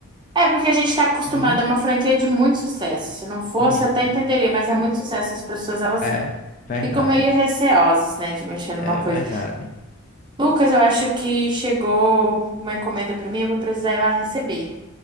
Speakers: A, on the right (about 20°); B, on the left (about 35°).
A: É porque a gente tá acostumado
B: né?
A: a uma franquia de muito sucesso. Se não fosse,
B: Isso.
A: eu até entenderia, mas é muito sucesso. As pessoas, elas
B: É, verdade.
A: ficam meio receosas, né, de mexer numa
B: É
A: coisa.
B: verdade.
A: Lucas, eu acho que chegou uma encomenda pra mim, eu vou precisar ir lá receber,